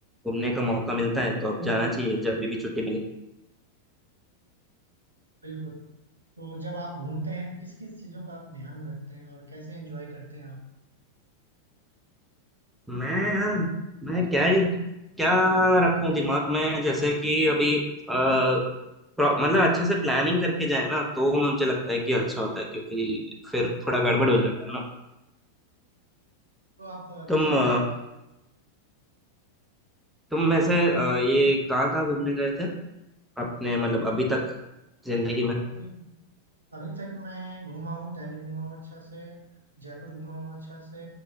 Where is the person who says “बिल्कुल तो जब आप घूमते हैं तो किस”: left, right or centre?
Right